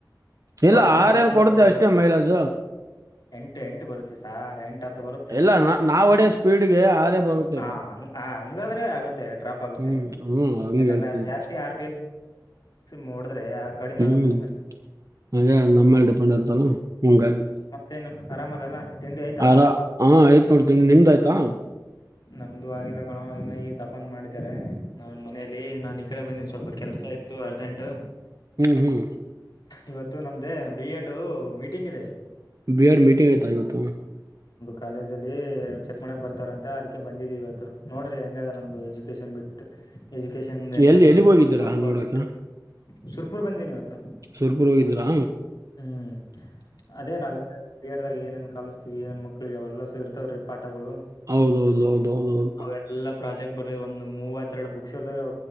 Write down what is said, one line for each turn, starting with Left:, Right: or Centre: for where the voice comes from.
Right: ಇಲ್ಲ
Left: ಫಾರ್ಚುನರ್
Right: ಆರ
Left: ಎಷ್ಟು
Right: ನ್ ಕೊಡುತ್ತೆ
Left: ಬರುತ್ತೆ ಹೇಳು
Right: ಅಷ್ಟೇ ಮೈಲಾಜ
Left: ಎಂಟು ಎಂಟು ಬರುತ್ತೆ ಸಾರ ಎಂಟು ಹತ್ತು ಬರುತ್ತೆ
Right: ಇಲ್ಲ ನಾ ನಾವ್ ಹೊಡಿಯೋ ಸ್ಪೀಡ್ಗೆ ಆರೇ ಬರುತ್ತೆ
Left: ಹಾ
Right: ಇಪ್ಪ
Left: ಹ ಹ ಹಂಗಾದ್ರೆ ಆಗುತ್ತೆ ಡ್ರಾಪ್ ಆಗುತ್ತೆ
Right: ಹ್ಮ್ ಹ್ಮ್ ಹಂಗ
Left: ಯಾಕಂದ್ರೆ
Right: ಹೇಳ್ತೀವಿ
Left: ಜಾಸ್ತಿ ಆ ಮೋಡದ ಆ ಕಡಿಮೆ
Right: ಹ್ಮ್
Left: ಆಗುತ್ತ ಮ
Right: ಅದೇ ನಮ್ಮ ಮೇಲೆ
Left: ಮತ್ತ
Right: ಡಿಪೆಂಡ್ ಇರ್ತಲ್ಲ ಹಂಗಾಗಿ
Left: ಮತ್ತೇನು ಆರಾಮಲ್ಲಲ್ಲ ತಿಂಡಿ ಆಯ್ತಾ
Right: ಆರ ಹ ಯ್ತ್ ಮಾಡೋಡ್ತೀನಿ ನಿಮ್ದ ಆಯ್ತಾ
Left: ನಮ್ದು ಆಗಿಲ್ಲ ಕಣೋ ಇನ್ನ ಈ ದಪನ್ ಮಾಡಿದ್ದಾರೆ ನಾ ಮನೆಯಲ್ಲಿ ನಾನ್ ಈ ಕಡೆ ಬಂದನ್ ಸ್ವಲ್ಪ ಕೆಲ್ಸ ಆಯ್ತು ಅರ್ಜೆಂಟ್
Right: ಹ್ಮ್ ಹ್ಮ್
Left: ಇವತ್ತು ನಮ್ದ ಬಿ ಎಡ್ ಮೀಟಿಂಗ್ ಇದೆ
Right: ಬಿ ಎಡ್ ಮೀಟಿಂಗ್ ಇತ ಇತ್ತು
Left: ಕಾಲೇಜಲ್ಲಿ ಚೆಕ್ ಮಾಡಕ್ ಬರ್ತಾರ ಅಂತ ಅದಕ್ಕೆ ಬಂದಿದೀವಿ ಇವತ್ತು ನೋಡ್ರಿ ಹೆಂಗದ ನಮ್ದು ಎಜುಕೇಶನ್ ಬಿಟ್ಟು ಎಜುಕೇಶನ್ ಹೆಂಗ
Right: ಎಲ್ಲಿ
Left: ನೋಡ್ರಿ
Right: ಎಲ್ಲಿಗ್ ಹೋಗಿದ್ದೀರಾ
Left: ಹಬ್ಬ
Right: ನೋಡಕ
Left: ಬಿಟ್ಟು ಸುರ್ಪುರ್ ಬಂದೀನಿ ಇವತ್ತು
Right: ಸುರ್ಕುರ್ ಹೋಗಿದ್ರಾ
Left: ಹ್ಮ್ ಅದೇ ನಾವ ಕ್ರಡ್ದಾಗ ಏನನ್ ಕಲಿಸ್ತೀವಿ ಏನ್ ಮಕ್ಳಿಗೆ ಅವೆಲ್ಲ ಸೇರ್ತಾವ್ರೀ ಪಾಠಗಳು
Right: ಹೌದೌದೌದೌದೌದು
Left: ಅವೆಲ್ಲಾ ಪ್ರಾಜೆಕ್ಟ್ ಬರ್್ ಒಂದು ಮೂವತ್ತ ಎರಡು ಬುಕ್ಸ್ ಇರ್ತಾವ್ರು